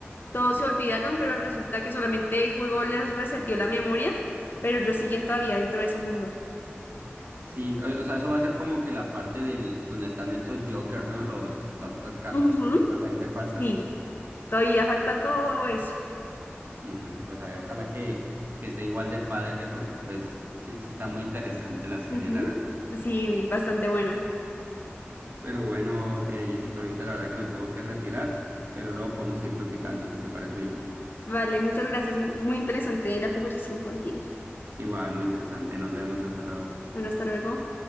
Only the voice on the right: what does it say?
Sí, o o sea, eso va a ser como que la parte del, donde están estos jokers, ¿no? Los, las otras cartas
que supuestamente faltan.
Mm, pues a ver, ojalá que, que esté igual de padre, porque pues sí está muy interesante la serie,
la verdad.
Pero bueno, eh, Jessica, ahorita la verdad que me tengo que retirar, pero luego podemos seguir platicando si te parece bien.
Igual, muy interesante. Nos vemos. Hasta luego.